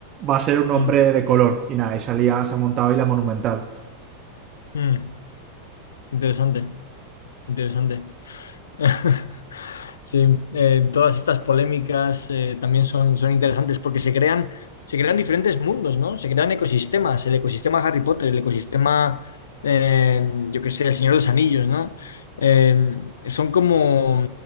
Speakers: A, on the right; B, on the left.
A: va a ser un hombre
B: Mm,
A: de color y nada y salía se ha montado ahí la monumental
B: mm. Interesante, interesante. <laughs> Sí, eh, todas estas polémicas eh, también son, son interesantes porque se crean, se crean diferentes mundos, ¿no? Se crean ecosistemas, el ecosistema Harry Potter, el ecosistema, eh, yo qué sé, el Señor de los Anillos, ¿no? Eh, son como,